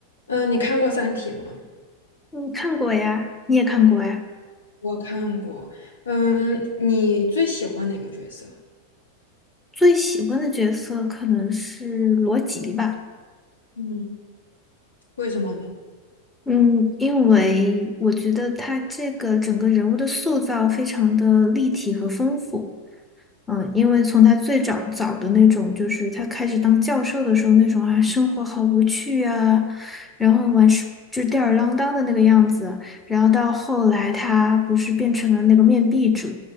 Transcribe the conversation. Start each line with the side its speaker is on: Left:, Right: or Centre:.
Left: 嗯，你看过《三体》吗？
Centre: 嗯，看过呀，你也看过呀。
Left: 我看过。嗯，你最喜欢哪个角色？
Centre: 最喜欢的角色可能是罗辑吧，
Left: 嗯为什么呢？
Centre: 嗯，因为我觉得他这个整个人物的塑造非常的立体和丰富。嗯，因为从他最早早的那种，就是他开始当教授的时候那种啊，生活好无趣啊，然后完事就吊儿郎当的那个样子，然后到后来他不是变成了那个面壁者，